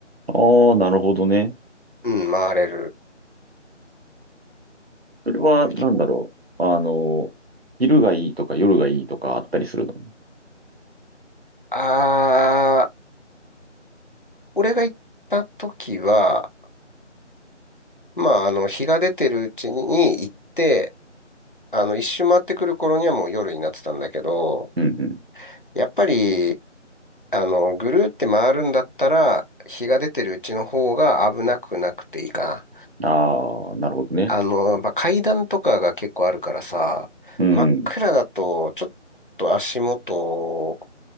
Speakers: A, on the right; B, on the left.
A: ああ、なるほどね。
B: うん、回れる。
A: それは、
B: き
A: なんだろう。あの、昼がいいとか夜がいいとかあったりするの
B: あー、俺が行った時は、まあ、あの、日が出てるうちに行って、あの、一周回ってくる頃にはもう夜になってたんだけど、
A: うんう
B: やっぱり、あの、ぐるーって回るんだったら、日が出てるうちの方が危なくなくていいかな。
A: ん。ああ、なるほどね。
B: あの、やっぱ階段とかが結構あるからさ、
A: うん。
B: 真っ暗だと、ちょっと足元